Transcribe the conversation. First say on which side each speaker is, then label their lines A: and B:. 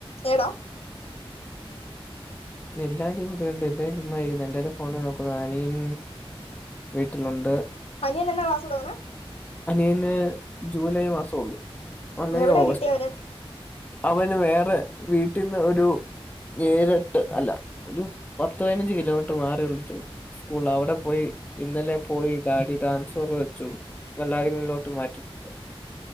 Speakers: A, on the left (about 75°); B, on the left (about 15°).
A: എടാ
B: എല്ലാരും ഇവിടെ ഉണ്ട് എല്ലാവരും ച ഫോണ് നോക്കുന്നു അനിയൻ വീട്ടിലുണ്ട്
A: അനിയൻ എന്നാ കാാസോടങ്ങനെ
B: അനിയന് ജൂലൈ മാസം ഉള്ളൂ അല്ലെിൽ
A: എവിടെയാ
B: ഓഗസ്റ്റ്
A: കിട്ടിയേ അവന്
B: അവന് വേറെ വീട്ടിൽന്ന് ഒരു നേരിട്ട് അല്ല ഒരു പത്ത് പതിനഞ്ച് കിലോമീറ്റർ മാറി ഉള്ളിച്ചു സ്കൂൾ അവിടെ പോയി ഇന്നലെ പോയി ഡാഡി ട്രാൻസ്ഫർ വെച്ചു വല്ലാരിക്കുന്നിലോട്ട് മാറ്റിട്ടുണ്ട്